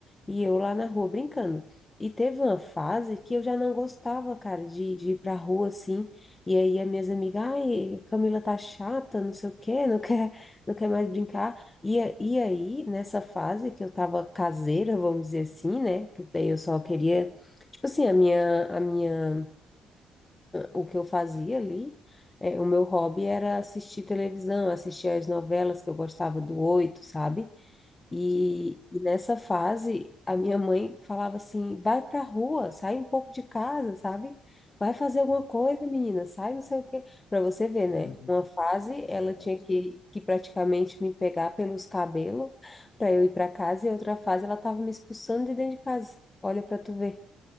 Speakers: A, on the left; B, on the left.
A: e eu lá na rua brincando. E teve uma fase que eu já não gostava, cara, de, de ir pra rua assim, e aí as minhas amigas, ai, Camila tá chata, não sei o quê, não quer, não quer mais brincar. E, a- e aí, nessa fase que eu tava caseira, vamos dizer assim, né, que daí eu só queria Tipo assim, a minha, a minha, o que eu fazia ali, é, o meu hobby era assistir televisão, assistir as novelas que eu gostava do Oito, sabe? E,
B: Sim.
A: e nessa fase, a minha mãe falava assim, vai pra rua, sai um pouco de casa, sabe? Vai fazer alguma
B: Então,
A: coisa, menina, sai não sei o quê. Pra você ver,
B: <laughs>
A: né? Uma fase,
B: Exato.
A: ela tinha que, que praticamente me pegar pelos cabelos pra eu ir pra casa, e outra fase, ela tava me expulsando de dentro de casa. Olha pra tu ver.